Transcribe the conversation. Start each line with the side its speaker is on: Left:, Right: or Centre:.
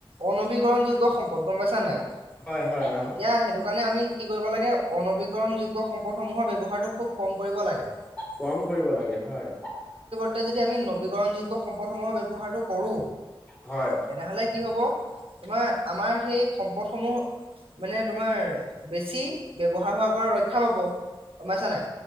Right: অনবীকৰণ যোগ্য সম্পদ, গম পাইছা নাই?
Left: হয় হয় অ
Right: এতিয়া সেইটো কাৰণে আমি কি কৰিব লাগে, অনবীকৰণ যোগ্য সম্পদ সমূহৰ ব্যৱহাৰটো খুব কম কৰিব লাগে।
Left: কম কৰিব লাগে হয়।
Right: এতিয়া যদি আমি নবীকৰণ যোগ্য সম্পদসমূহৰ ব্যৱহাৰটো কৰো,
Left: হয়
Right: তেনেহলে কি হব তোমাৰ আমাৰ সেই সম্পদ সমূহ মানে তোমাৰ বেছি ব্যৱহাৰ হোৱাৰ পৰা ৰক্ষা পাব, গম পাইছা নাই?